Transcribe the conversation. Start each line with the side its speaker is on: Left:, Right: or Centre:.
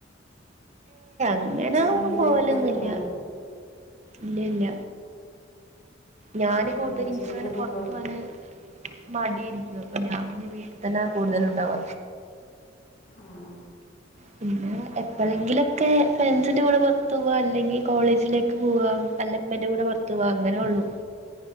Right: അങ്ങനാ
Left: ജിമ്മിൽ
Right: പോവലൊന്നില്ല
Left: അങ്ങനെയൊക്കെ പോവോ
Right: ഇല്ല ഇല്ല ഞാന് കൂടുതൽ
Left: ഉം,
Right: ഇൻസനെ
Left: ജിമ്മിലൊന്നും
Right: പൊറത്തു
Left: പോ
Right: പോന് മടിയിരിക്കും അപ്പൊ ഞാൻ പിന്നെ വീട്ടിൽ തന്നെ കൂടുതല ഉണ്ടാവാ
Left: ആഹ്
Right: പിന്നെ എപ്പോഴെങ്കിലു ക്കെ ഫ്രണ്ട്സിൻ്റെ കൂടെ പുറത്തു പോകുക അല്ലെങ്കിൽ കോളേജിലേക്ക് പോകുക അല്ലമ്മേൻ്റെ കൂടെ പുറത്ത് പോകുക അങ്ങനെ ഉള്ളൂ